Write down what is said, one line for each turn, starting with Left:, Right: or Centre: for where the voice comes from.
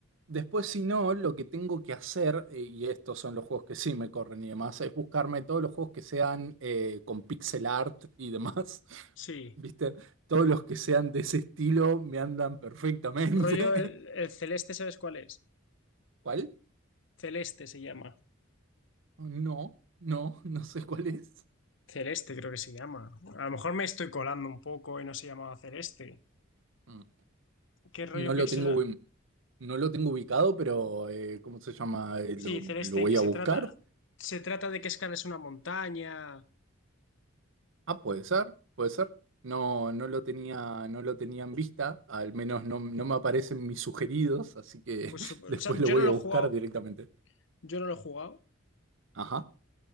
Right: Después, si no, lo que tengo que hacer, eh, y estos son los juegos que sí me corren y demás, es buscarme todos los juegos que sean eh, con pixel art y demás. <laughs>
Left: sí.
Right: ¿Viste? Todos los que sean de ese estilo me andan perfectamente.
Left: rollo el,
Right: <laughs>
Left: el celeste, ¿sabes cuál es?
Right: ¿Cuál?
Left: Celeste se llama.
Right: No, no, no sé cuál es.
Left: Celeste creo que se llama. A lo mejor me estoy colando un poco y no se llamaba celeste.
Right: Mm.
Left: ¿Qué rollo
Right: No lo
Left: pixel?
Right: tengo, ubi- no lo tengo ubicado, pero eh, ¿cómo se llama? Eh, lo,
Left: Sí, celeste,
Right: lo voy
Left: que se
Right: a buscar.
Left: trata, se trata de que escalas una montaña.
Right: Ah, puede ser, puede ser. No, no lo tenía, no lo tenía en vista, al menos no, no me aparecen mis sugeridos, así que
Left: Pues,
Right: <laughs>
Left: sup-
Right: después
Left: o sea, yo
Right: lo voy
Left: no lo
Right: a buscar
Left: he jugado,
Right: directamente.
Left: yo no lo he jugado,
Right: Ajá.